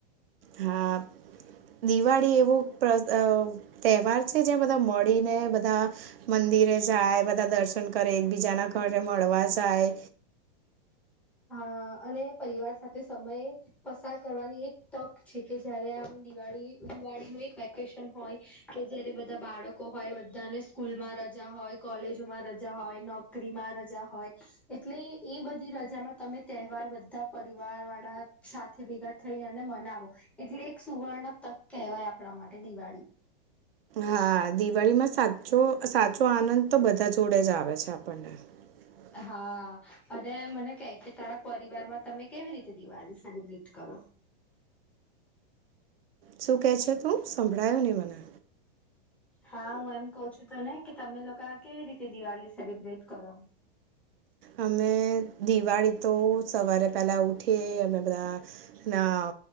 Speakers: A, on the right (about 75°); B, in the centre.
A: હા દિવાળી એવો પ્ર તહેવાર છે જા બધા મળીને બધા મંદિરે જાય બધા દર્શન કરે, એકબીજાના ઘરે મળવા જાય.
B: અ અને પરિવાર સાથે સમયે પસાર કરવાની એક તક છે, કે જયારે આમ દિવાળી દિવાળીનું એક વેકેશન હોય. કે જારે બધા બાળકો હોય, બધાને સ્કૂલમાં રજા હોય, કોલેજોમાં રજા હોય ન ક્રિમા રજા હોય એટલે એ બધી રજામાં તમે તહેવાર બધા પરિવાર વાળા સાથે ભેગા થઈ અને મનાવો એટલે એક સુવર્ણ તક કહેવાય આપણા માટે દિવાળી
A: હા દિવાળી માં સાચો સાચો આનંદ તો બધા જોડે જ આવે છે આપણને હ
B: હા અને મને ક કે તારા પરિવારમાં તમે કેવી રીતે દિવાળી સેલિબ્રેટ કરો
A: શું કે છે તું? સંભળાયુ ની મને.
B: હા હું એમ કઉ છું તો ને કે તમે લોકો કેવી રીતે દિવાળી સેલિબ્રેટ કરો.
A: અમે દિવાળી તો સવારે પેલા ઉઠીએ અમે બધા ના